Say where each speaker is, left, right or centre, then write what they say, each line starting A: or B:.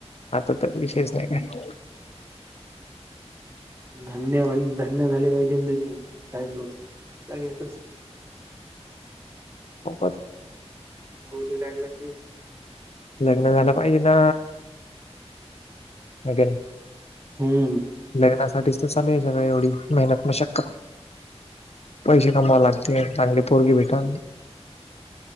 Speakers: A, on the left (about 65°); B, on the right (about 25°).
A: आता तर विशेष नाही काय...
B: धन्यवा धन्य झाले पाहिजे तु मी काय येत...
A: हो
B: बोलू लागली ती...
A: लग्न झालं पाहिजे ना नाही...
B: हम्म...
A: लग्नासाठीच तर चालू आहे सगळ एवढी मेहनत म शक.... पैसे कमावे लागते चांगली पोरगी भेटल